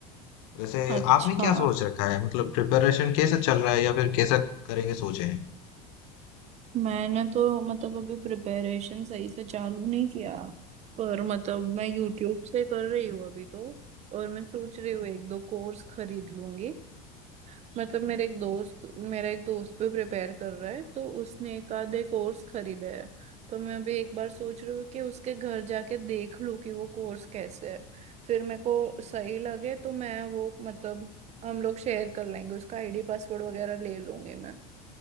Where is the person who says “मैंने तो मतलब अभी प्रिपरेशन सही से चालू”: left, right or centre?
Right